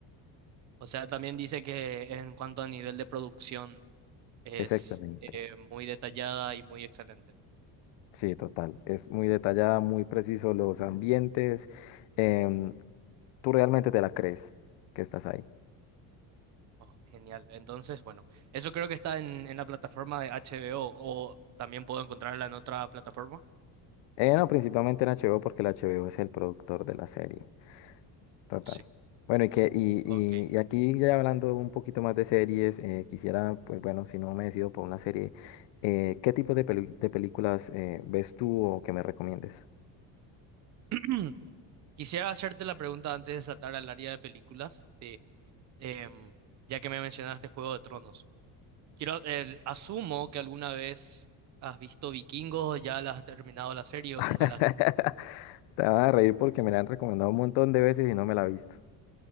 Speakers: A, on the right (about 40°); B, on the left (about 80°).
A: O sea, también dice que en cuanto a nivel de producción es
B: Es excelente.
A: eh, muy detallada y muy excelente.
B: Sí, total. Es muy detallada, muy preciso los ambientes. em, tú realmente te la crees que estás ahí.
A: Oh, genial. Entonces, bueno, eso creo que está en, en la plataforma de HBO o o también puedo encontrarla en otra plataforma.
B: Eh, no, principalmente en HBO porque el HBO es el productor de la serie. Total.
A: Oh, sí.
B: Bueno, y, que, y,
A: Ok.
B: y, y aquí ya hablando un poquito más de series, eh, quisiera, pues bueno, si no me decido por una serie, eh, ¿qué tipo de, pelu- de películas eh, ves tú o que me recomiendes?
A: <clears throat> Quisiera hacerte la pregunta antes de saltar al área de películas, de, em, ya que me mencionaste Juego de Tronos. Quiero, el- asumo que alguna vez has visto Vikingos, ya la has terminado la serie o nunca
B: <laughs>
A: la has
B: Te vas a reír porque me la han recomendado un montón de veces y no me la he visto.